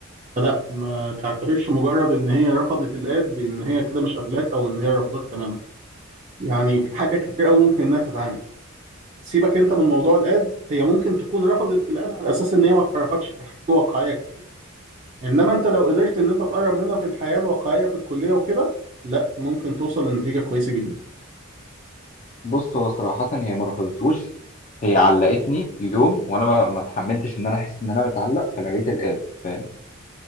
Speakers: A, on the right; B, on the left.
A: فلا ما تعتبرش مجرد إن هي رفضت الاد إن هي كده مش قابلاك أو إن هي رافضاك تماما يعني في حاجات كتير أوي ممكن إنها تتعامل سيبك أنت من موضوع الاد هي ممكن تكون رفضت الاد على أساس إن هي ما تعرفكش في الحياة الواقعية كتير إنما أنت لو قدرت إن أنت تقرب منها في الحياة الواقعية في الكلية وكده لا ممكن توصل لنتيجة كويسة جدا
B: بص هو صراحة هي ما رفضتهوش هي علقتني يوم وانا ما ما اتحملتش ان انا احس ان انا متعلق فلقيت الآد فاهم